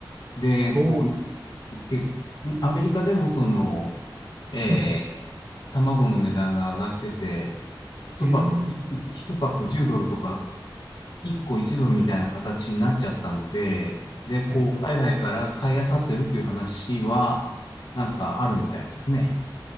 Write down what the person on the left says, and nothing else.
で、
こう、一で、アメリカでも、その、えー卵の値段が上がってて、
一パック、
一パック10ドルとか、一個1ドルみたいな形になっちゃったので、で、こう、
海外から買い漁ってるという話は、なんかあるみたいですね。